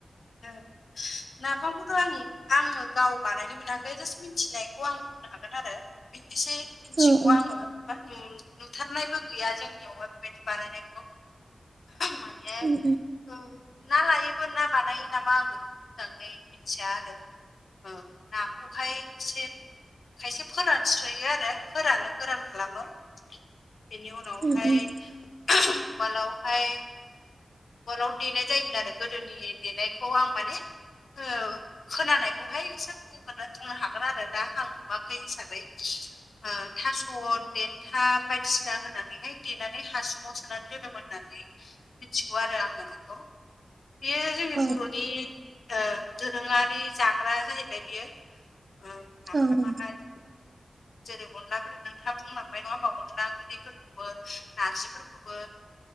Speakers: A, on the left; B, on the right.
A: औ नाफामखौथ' आं आङो गाव बानायनो मोनाखै जास्ट मिथिनायखौ आं बुंनो हागोन आरो। एसे मिथिगौ
B: औ उम
A: आङो बा नुथारनायबो गैया जोंनियावहाय बेबायदि बानायनायखौ माने
B: उम
A: ओम ना लायैबो ना बानायो नामा आं बेखौ मोजाङै मिथिया आरो। ओ नाखौहाय एसे खायसे फोरानस्रोयो आरो फोरानो गोरान खालामो बेनि उनावहाय
B: उम उम
A: उवालावहाय उवालाव देनाय जायोमोन आरो गोदोनि देनायखौ आं माने ओ खोनानायखौहायसो बुंगोन बुंनो हागोन आरो दा आं नुवाखै हिसाबै ओ थास' देन्था बायदिसिना होनानैहाय देनानै हासुङाव सोनानै दोनोमोन होननानै मिथिगौ आरो आङो बेखौ। बेयो जोंनि
B: औ
A: बर'नि ओ दोरोङारि जाग्रा जाहैबाय बियो ओ नाफामाहाय
B: औ औ
A: जेरै अनलाफोर नोंथाङा बुंलांबाय नङा होमबा अनला ओंख्रिफोरखौबो नारजिफोरखौबो।